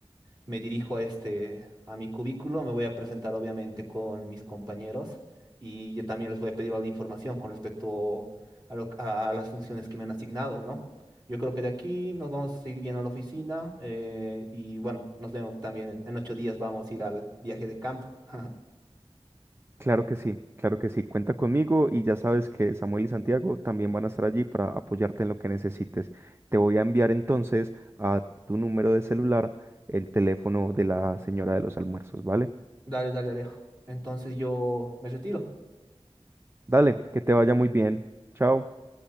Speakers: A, on the right; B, on the right.
A: me dirijo a este, a mi cubículo, me voy a presentar obviamente con mis compañeros y yo también les voy a pedir la información con respecto a, lo- a las funciones que me han asignado, ¿no? Yo creo que de aquí nos vamos a ir bien a la oficina eh, y bueno, nos vemos también en en ocho días, vamos a ir al viaje de campo. <laughs>
B: claro que sí, claro que sí, cuenta conmigo y ya sabes que Samuel y Santiago también van a estar allí para apoyarte en lo que necesites. Te voy a enviar entonces a tu número de celular el teléfono de la señora de los almuerzos, ¿vale?
A: Dale, dale, Alejo. Entonces yo me retiro.
B: Dale, que te vaya muy bien. Chao.